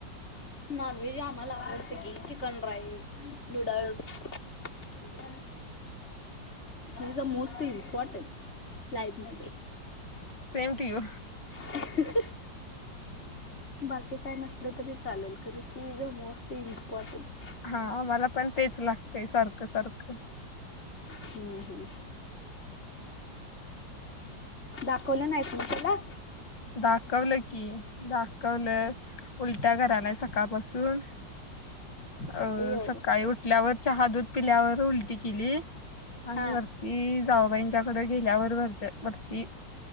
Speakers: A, on the left (about 35°); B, on the left (about 75°).
A: नॉनव्हेज आम्हाला आवडतं की, chicken rice, noodles. <unintelligible> She is the most important, लाईफमध्ये.
B: Same to you.
A: ह. <inaudible>
B: <unintelligible>
A: बाकी काय नसलं तरी चालेल खरं she is a most important
B: हा, मला पण तेच लागतंय सारखं, सारखं
A: ह, ह दाखवलं नाहीत म त्याला
B: दाखवलं की, दाखवलं. उलट्या करायलाय सकाळपासून. अ
A: अयो
B: सकाळी उठल्यावर चहा-दूध पिल्यावर उलटी केली आणि
A: हा
B: वर ती जाऊबाईंच्याकडे गेल्यावर वरच्या- वरती